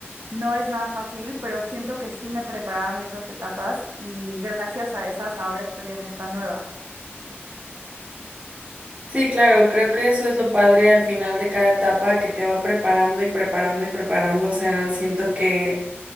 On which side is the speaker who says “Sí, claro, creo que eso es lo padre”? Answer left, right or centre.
Right